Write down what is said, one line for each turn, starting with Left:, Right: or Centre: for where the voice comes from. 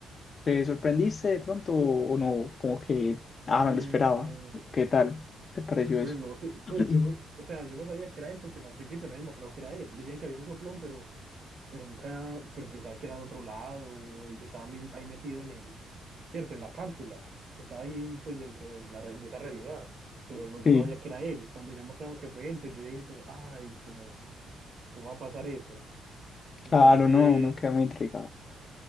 Left: ¿Te sorprendiste de pronto o, o no? Como que, ah,
Right: Mm,
Left: no lo esperaba. ¿Qué tal? ¿Te pareció
Right: pues
Left: eso?
Right: no sé,
Left: <clears throat>
Right: pues yo no, o sea, yo no sabía que era él porque no al principio no había demostrado que era él. Decían que había un soplón, pero, pero nunca, pero pensaba que era de otro lado, o estaba mi- ahí metido en el, cierto, en la cápsula, que estaba ahí pues dentro de la re- de esa realidad. Pero no, yo
Left: Sí,
Right: no sabía que era él. Cuando ya mostraron que fue él, pues yo dije como, ay, como, ¿Cómo va a pasar eso? Entonces,
Left: claro, no, uno queda muy intrigado.